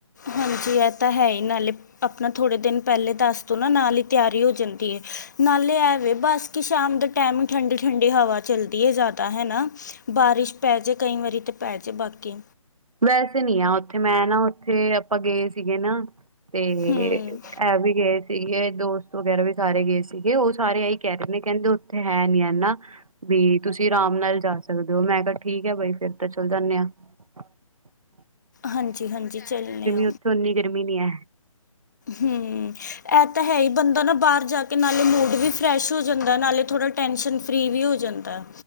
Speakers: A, on the left (about 30°); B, on the right (about 75°).
A: ਹਾਂਜੀ ਇਹ ਤਾਂ ਹੈ ਹੀ। ਨਾਲੇ ਆਪਣਾ ਥੋੜੇ ਦਿਨ ਪਹਿਲੇ ਦੱਸ ਦੋ ਨਾ। ਨਾਲ ਹੀ ਤਿਆਰੀ ਹੋ ਜਾਂਦੀ ਹੈ। ਨਾਲੇ ਐਵੇ ਬੇਸਕ ਸ਼ਾਮ ਦੇ ਟਾਈਮ ਹੀ ਠੰਡੀ ਠੰਢਡੀ ਹਵਾ ਚੱਲਦੀ ਹੈ। ਜ਼ਿਆਦਾ ਹੈਨਾ ਬਾਰਿਸ਼ ਪੈ ਜੇ ਕਈ ਵਾਰੀ ਤੇ ਪੈ ਜੇ ਬਾਕੀ,
B: ਵੈਸੇ ਨੀ ਆ ਉੱਥੇ ਮੈਂ ਨਾ ਉੱਥੇ ਆਪਾਂ ਗਏ ਸੀ ਗੇ ਨਾ, ਤੇ
A: ਹੂੰ
B: ਇਹ ਵੀ ਗਏ ਸੀ। ਸੀਗੇ ਦੋਸਤ ਵਗੈਰਾ ਵੀ ਸਾਰੇ ਗਏ ਸੀਗੇ। ਉਹ ਸਾਰੇ ਇਹੀ ਕਹਿ ਰਹੇ ਨੇ। ਕਹਿੰਦੇ ਉੱਥੇ ਹੈ ਨੀ। ਹੈ ਨਾ ਵੀ ਤੁਸੀਂ ਆਰਾਮ ਨਾਲ ਜਾ ਸਕਦੇ ਹੋ। ਮੈਂ ਕਿਹਾ ਠੀਕ ਹੈ ਬਾਈ ਫਿਰ ਤਾਂ ਚੱਲ ਜਾਂਦੇ ਆ। ਹ <inaudible>
A: ਹਾਂਜੀ ਹਾਂਜੀ ਚੱਲਣੇ ਆ।
B: ਉੱਥੇ ਓਨੀ ਗਰਮੀ ਨੀ ਹੈ
A: ਹਮ ਇਹ ਤਾਂ ਹੈ ਹੀ ਬੰਦਾ ਨਾ ਬਾਹਰ, ਜਾ ਕੇ ਨਾਲੇ ਮੂਡ ਵੀ ਫਰੈਸ਼ ਹੋ ਜਾਂਦਾ। ਨਾਲੇ ਥੋੜਾ ਟੈਸ਼ਨ ਫ੍ਰੀ ਵੀ ਹੋ ਜਾਂਦਾ।